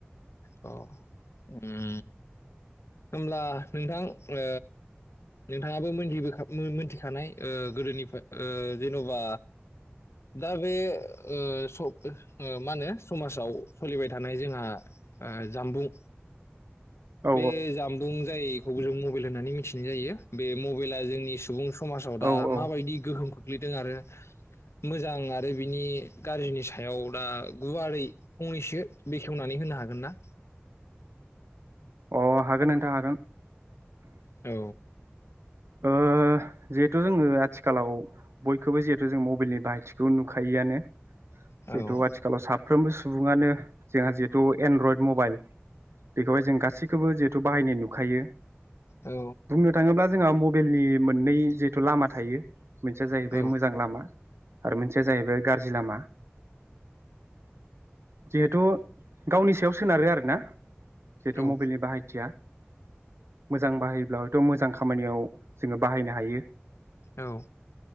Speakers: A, on the left; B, on the right.
A: अ ओम होमब्ला नोंथां ओ नोंथाङाबो मोनथिबोखा मिथिखानाय ओ गोदोनिफ्राय ओ जेनबा दा बे ओ मा होनो समाजाव सोलिबाय थानाय जोंहा जामबुं
B: औ
A: बे जामबुं जायखौ जों मबाइल होननानै मिथिनाय जायो बे मबाइला जोंनि सुबुं समाजाव दा
B: औ औ
A: माबायदि गोहोम खो ग्लैदों आरो मोजां आरो बिनि गाज्रिनि सायाव दा गुवारै फंनैसो बेखेवनानै होनो हागोन गोन ना?
B: अ हागोन नोंथां हागोन।
A: औ
B: ओ जिहेथु जोंङो आथिखालाव बयखौबो जिहेथु जों मबाइलनि बाहायथिखौ नुखायोआनो
A: औ
B: जेथु आथिखालयाव साफ फ्रोमबो सुंबुङानो जोंहा जिहेथु एनड्रइड मबाइल बेखौहाय जों गासै सैखौबो जिहेथु बाहायनाय नुखायो
A: औ
B: बुंनो थाङोब्ला जोंहा म बेल नि मोननै जे थ लामा थायो मोनसेया जाहैबाय
A: औ
B: मोजां लामा आरो मोनसेया जाहैबाय गाज्रि लाम। जिहेथु गावनि सायाव सोनारो आरो ना थ
A: औ
B: मबाइलनि बाहायथिया मोजां बाहायोब्लाथ मोजां खामानियाव जोंङो बाहायनो हायो।
A: औ